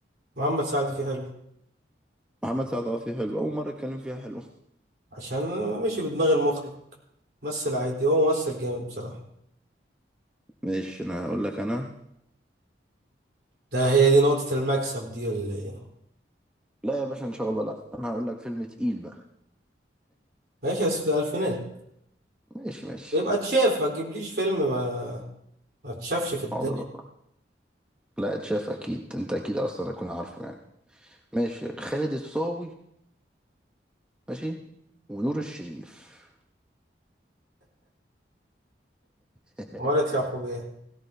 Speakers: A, on the right; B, in the centre.
A: محمد سعد فيه حلو
B: محمد سعد أه فيه حلو أول مرة أتكلم فيها حلو
A: عشان ماشي بدماغ المخرج ممثل عادي هو ممثل جامد بصراحة
B: <laughs> ماشي أنا هقول لك أنا
A: ده هي دي نقطة المكسب دي ولا ايه
B: لا يا باشا ان شاء الله لا انا هقول لك فيلم تقيل بقى
A: ماشي بس في الفينات
B: ماشي ماشي
A: يبقى اتشاف ما تجيبليش فيلم ما ما اتشافش في الدنيا
B: حاضر والله لا اتشاف اكيد انت اكيد اصلا هكون عارفه يعني ماشي خالد الصاوي ماشي ونور الشريف <laughs>
A: عمارة يعقوبيان